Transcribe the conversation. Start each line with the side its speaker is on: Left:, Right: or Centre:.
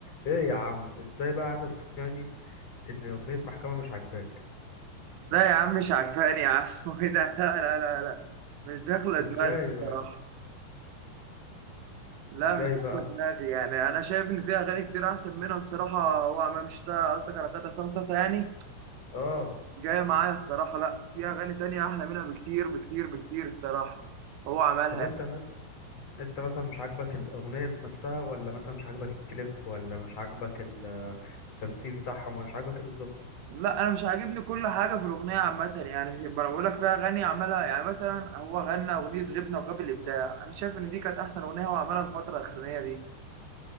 Left: ايه يا عم ازاي بقى عايزك تقنعني ان اغنية محكمة مش عاجباك
Right: لا يا عم مش عجباني يا عم <laughs> وايه ده لا لا لا لا مش داخله
Left: ازاي
Right: دماغي
Left: بقى
Right: الصراحه
Left: يا عم
Right: لا
Left: ازاي
Right: مش داخله
Left: بقى
Right: دماغي يعني انا شايف ان في اغاني كتير احسن منها الصراحه هو عمام شتا قصدك على بتاعت عصام صاصا يعني
Left: اه
Right: جايه معايا الصراحه لا في اغاني تانية احلى منها بكتير بكتير بكتير الصراحه هو عملها
Left: طب
Right: يعني.
Left: انت مثلا انت مثلا مش عاجبك الاغنية ذات نفسها ولا مثلا مش عاجبك الكليب ولا مش عاجبك ال- التمثيل بتاعهم ولا مش عاجبك ايه بالظبط
Right: لا انا مش عاجبني كل حاجه في الاغنيه عامه يعني انا بقول لك في اغاني عملها يعني مثلا هو غنى اغنيه غبنا وغاب الابداع انا شايف ان دي كانت احسن اغنيه هو عملها الفتره الاخرانيه دي